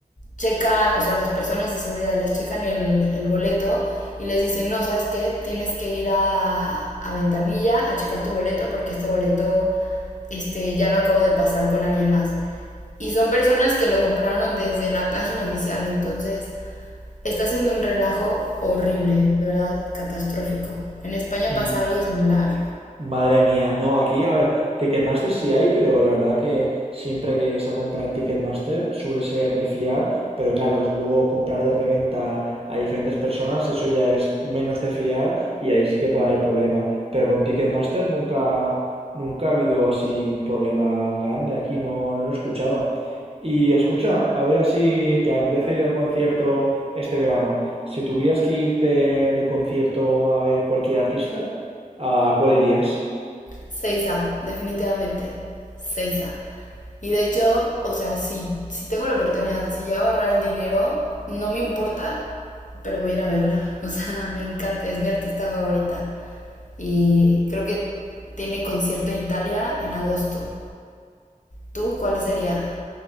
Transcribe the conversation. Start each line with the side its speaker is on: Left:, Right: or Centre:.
Left: checan, o sea, las personas de seguridad les checan el, el boleto y les dicen, no, ¿sabes qué? Tienes que ir a, a Ventanilla a checar tu boleto porque este boleto este, ya lo acabo de pasar con alguien más. Y son personas que lo compraron desde la página oficial, entonces está haciendo un relajo horrible, de verdad, catastrófico. ¿En España
Right: Mm,
Left: pasa algo similar?
Right: Madre mía, no, aquí, a ver, Ticketmaster sí hay, pero la verdad que siempre que se compra en Ticketmaster suele ser de fiar, pero claro, luego comprar de reventa a diferentes personas, eso ya es menos de fiar y ahí sí que puede haber problema. Pero con Ticketmaster nunca, nunca ha habido así un problema grande, aquí no, no lo he escuchado. Y escucha, a ver así que apetece ir al concierto este verano. Si tuvieras que irte de concierto a ver cualquier artista, ¿A cuál irías?
Left: Seiza, definitivamente. Seiza. Y de hecho, o sea, si, si tengo la oportunidad, si llego a ahorrar el dinero, no me importa, pero voy a ir a verla. <laughs> O sea, me encanta, es mi artista favorita. Y creo que tiene concierto en Italia en agosto. ¿Tú cuál sería?